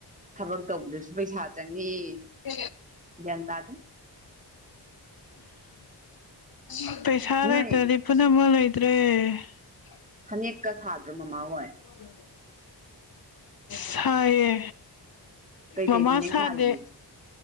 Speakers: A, on the right; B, on the left.
A: ꯊꯕꯛ ꯇꯧꯕꯗꯁꯨ ꯄꯩꯁꯥ ꯆꯪꯉꯤ
B: <unintelligible>
A: ꯒ꯭ꯌꯥꯟ ꯇꯥꯗꯦ
B: ꯑ ꯄꯩꯁꯥ
A: ꯅꯣꯏ
B: ꯂꯩꯇ꯭ꯔꯗꯤ ꯄꯨꯝꯅꯃꯛ ꯂꯩꯇ꯭ꯔꯦ ꯍ
A: ꯐꯅꯦꯛꯀ ꯁꯥꯗ꯭ꯔ ꯃꯃꯥ ꯍꯣꯏ
B: <unintelligible> ꯁꯥꯏꯌꯦ
A: ꯀꯩꯀꯩ
B: ꯃꯃꯥ
A: ꯐꯅꯦꯛ
B: ꯁꯥꯗꯦ
A: ꯁꯥꯔꯤꯒꯦ